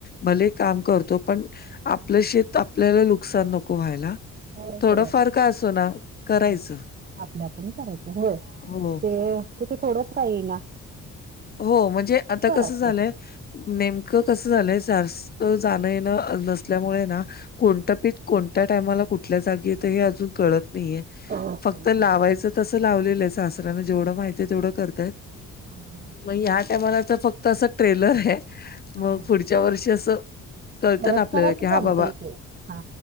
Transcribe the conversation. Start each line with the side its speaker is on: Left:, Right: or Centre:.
Left: भले काम करतो पण आपलं शेत आपल्याला नुकसान नको व्हायला.
Right: होय
Left: थोडं
Right: होय.
Left: फार का असे ना करायचं.
Right: हा आपल्या आपण करायचं होय.
Left: हो ना.
Right: ते तिथे थोडंच काही ये ना.
Left: हो म्हणजे आता कसं
Right: असतंय.
Left: झालंय नेमकं कसं झालंय जास्त जाणं येणं नसल्यामुळे ना कोणत पीक कोणत्या टायमाला कुठल्या जागी येतं हे अजून कळत नाहीये.
Right: करत
Left: फक्त
Right: नाही.
Left: लावायच तस लावलेलं आहे सासराना जेवढं माहिितये तेवढं करताय
Right: हा हा
Left: मग ह्या टायमाला तर फक्त असं ट्रेलर आहे. मग
Right: हा.
Left: पुढच्या वर्षी असं कळतं
Right: करत
Left: ना आपल्याला
Right: करत
Left: की हा
Right: जमतय
Left: बाबा
Right: ते हा.